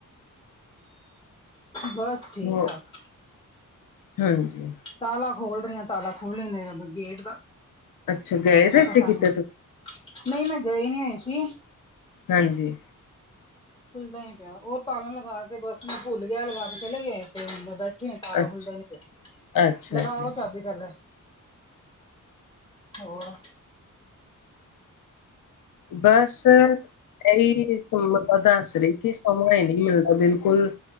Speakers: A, on the left; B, on the left.
A: ਬਸ ਠੀਕ
B: ਹੋ
A: ਠਾਕ
B: ਹਾਂਜੀ।
A: ਤਾਲਾ ਖੋਲ ਰਹੀ ਆਂ, ਤਾਲਾ ਖੋਲ ਨੀ <unintelligible> ਗੇਟ ਦਾ,
B: ਅੱਛਾ ਗਏ ਦੇ ਸੀ
A: ਪਤਾ
B: ਕਿਤੇ
A: ਨੀ
B: ਤੁਸੀਂ
A: ਨਹੀਂ ਮੈਂ ਗਈ ਨੀ ਹੋਈ ਸੀ।
B: ਹਾਂਜੀ।
A: ਖੁਲਦਾ ਨੀ ਪਿਆ, ਉਹ ਤਾਲਾ ਲਗਾ ਕੇ ਬਸ ਮੈਂ ਭੁੱਲ ਗਿਆ ਐ ਲਗਾ ਕੇ ਚਲੇ ਗੇ ਤੇ ਹੁਨ ਤਾਲਾ
B: ਅੱਛਾ
A: ਖੁੱਲਦਾ ਹੀ ਨੀ ਪਿਆ,
B: ਅੱਛਾ
A: ਲਗਾਓ
B: ਜੀ
A: ਚਾਬੀ ਪਹਲੇ ਹੋਰ
B: ਬਸ ਏਹੀ <unintelligible> ਦੱਸ ਰਈ ਥੀ ਸਮਾਂ ਹੀ ਨਹੀਂ ਮਿਲਦਾ ਬਿਲਕੁਲ